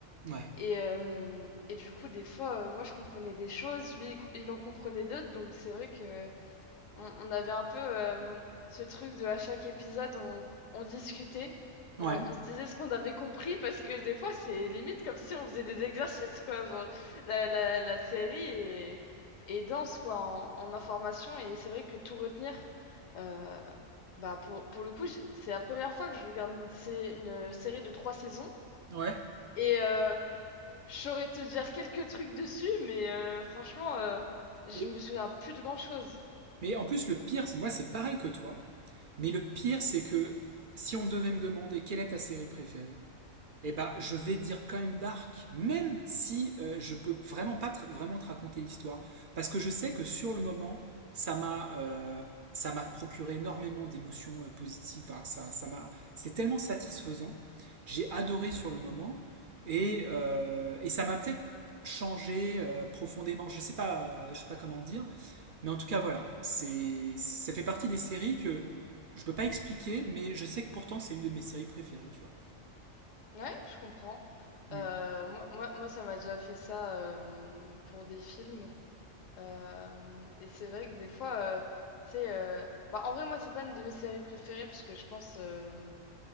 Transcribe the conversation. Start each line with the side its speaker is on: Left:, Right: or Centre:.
Right: Ouais.
Left: Et, euh, et du coup, des fois, euh, moi, je comprenais des choses, lui, il co- il en comprenait d'autres. Donc, c'est vrai que on, on avait un peu euh, ce truc de à chaque épisode, on, on discutait, on,
Right: Ouais.
Left: on se disait ce qu'on avait compris, parce que des fois, c'est limite comme si on faisait des exercices, quoi. Genre, la, la, la série est, est dense, quoi, en, en information. Et c'est vrai que tout retenir, euh, bah, pour, pour le coup, j'ai- c'est la première fois que je regarde une, sé- une série de trois saisons.
Right: Ouais.
Left: Et, euh, je saurais te dire quelques trucs dessus, mais euh, franchement, euh, je
Right: Et-
Left: me souviens plus de grand-chose.
Right: mais en plus, le pire, c'est moi, c'est pareil que toi. Mais le pire, c'est que si on devait me demander quelle est ta série préférée, eh ben, je vais dire quand même Dark, même si euh, je peux vraiment pas te- vraiment te raconter l'histoire, parce que je sais que sur le moment, ça m'a euh, ça m'a procuré énormément d'émotions euh, positives. Enfin, ça ça m'a c'est tellement satisfaisant. J'ai adoré sur le moment et euh, et ça m'a peut-être changé euh, profondément. Je sais pas euh, je sais pas comment dire, mais en tout cas voilà, c'est ça fait partie des séries que je peux pas expliquer, mais je sais que pourtant c'est une de mes séries préférées, tu vois.
Left: Ouais, je comprends.
Right: Mm.
Left: Euh, moi, moi, moi, ça m'a déjà fait ça euh, pour des films. Euh, et c'est vrai que des fois, euh, c'est. euh, Bah, en vrai, moi, c'est pas une de mes séries préférées, parce que je pense, euh,